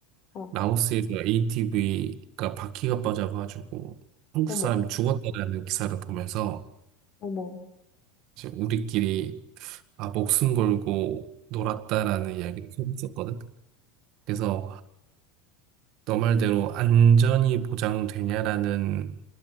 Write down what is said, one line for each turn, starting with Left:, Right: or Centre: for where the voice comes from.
Left: 어,
Right: 라오스에서 ATV가 바퀴가 빠져가지고 한국
Left: 어머,
Right: 사람이 죽었다라는 기사를 보면서
Left: 어머,
Right: 이제 우리끼리 아, 목숨 걸고 놀았다라는 이야기를 했었거든. 그래서 너 말대로 안전이 보장되냐라는